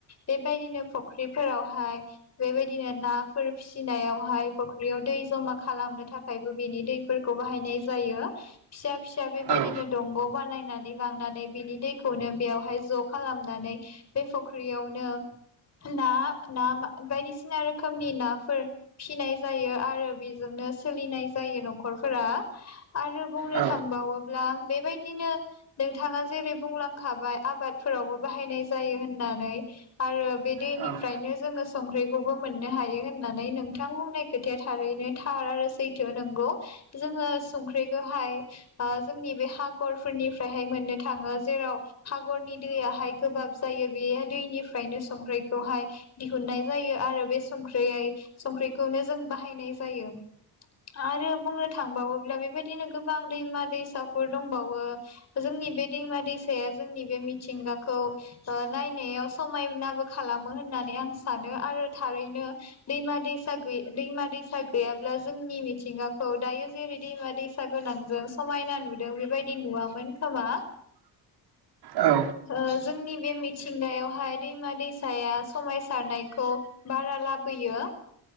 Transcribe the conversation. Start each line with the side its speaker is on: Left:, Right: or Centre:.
Left: बेबायदिनो फुख्रिफोरावहाय बेबायदिनो नाफोर फिसिनायावहाय फ'ख्रियाव दै जमा खालामनो थाखायबो बेनि दैफोरखौ बाहायनाय जायो फिसा फिसा बेबायदिनो
Right: औ
Left: दंग' बानायनानै लांनानै बिनि दैखौनो बेयावहाय ज' खालामनानै बे फुख्रियावनो ना ना बायदिसिना रोखोमनि नाफोर फिनाय जायो आरो बेजोंनो सोलिनाय जायो न'खरफोरा आरो बुंनो
Right: औ
Left: थांबावोब्ला बेबायदिनो नोंथाङा जेरै बुंलांखाबाय आबादफोरावबो बाहायनाय जायो होननानै आरो बे दैनिफ्रायनो
Right: औ औ
Left: जोङो संख्रिखौबो मोननो हायो होननानै नोंथां बुंनाय खोथाया थारैनो थार आरो सैथो नोंगौ जोङो संख्रिखौहाय जोंनि बे खागरफोरनिफ्रायहाय मोननो थाङो जेराव खागरनि दैयाहाय गोबाब जायो बे दैनिफ्रायनो संख्रिखौहाय दिहुननाय जायो आरो बे संख्रियै संख्रिखौनो जों बाहायनाय जायो आरो बुंनो थांबावोब्ला बेबायदिनो गोबां दैमा दैसाफोर दंबावो जोंनि बे दैमा दैसाया जोंनि बे मिथिंगाखौ ओ नायनायाव समायनाबो खालामो होननानै आं सानो आरो थारैनो दैमा दैसा गै दैमा दैसा गैयाब्ला जोंनि मिथिंगाखौ दायो जेरै दैमा दैसा गोनांजों समायना नुदों बेबायदि नुवामोन खोमा।
Right: औ।
Left: ओ जोंनि बे मिथिंगायावहाय दैमा दैसाया समायसारनायखौ बारा लाबोयो